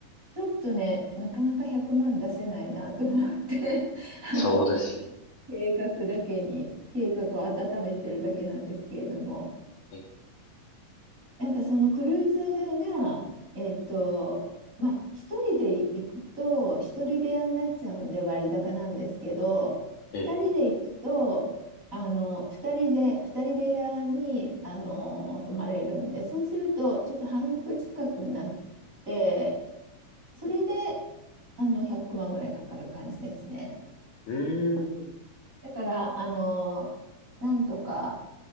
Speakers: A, on the right (about 20°); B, on the left (about 65°).
A: ちょっとね、なかなか100万出せないなと思って <laughs> あの、
B: そうですね。
A: 計画だけに、計画を温めてるだけなんですけれども。
B: え、
A: なんかそのクルーズが、えっと、まあ、一人で行くと、一人部屋になっちゃうんで割高なんですけど、
B: ええ
A: 二人で行くと、あの、二人で、二人部屋に、あの、泊まれるんで、そうすると、ちょっと半額近くになって、それで、あの、100万ぐらいかかる感じですね。
B: うん、
A: だから、あの、なんとか